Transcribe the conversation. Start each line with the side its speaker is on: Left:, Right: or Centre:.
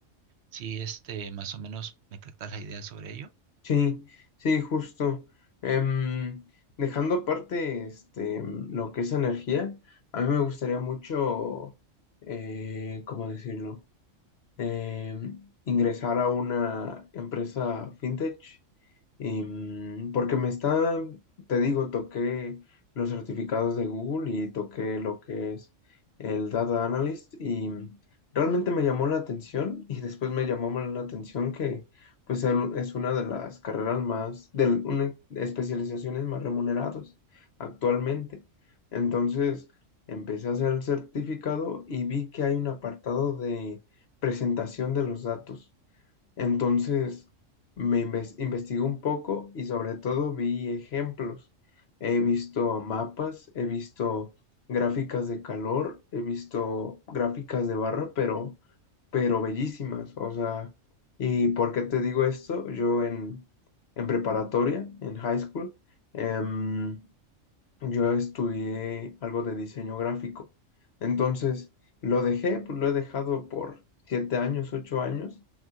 Right: Si este, más o menos me captas la idea sobre ello.
Left: sí, sí, justo. Em, dejando aparte este, em, lo que es energía, a mí me gustaría mucho, eh, ¿cómo decirlo? Em, ingresar a una empresa fintech Em, porque me está, te digo, toqué los certificados de Google y toqué lo que es el Data Analyst y realmente me llamó la atención y después me llamó más la atención que pues el- es una de las carreras más, de una especializaciones más remuneradas actualmente. Entonces empecé a hacer el certificado y vi que hay un apartado de presentación de los datos. Entonces, me inves- investigué un poco y sobre todo vi ejemplos. He visto mapas, he visto gráficas de calor, he visto gráficas de barra, pero, pero bellísimas. O sea, ¿y por qué te digo esto? Yo en, en preparatoria, en high school, em, yo estudié algo de diseño gráfico. Entonces, lo dejé, pues lo he dejado por siete años, ocho años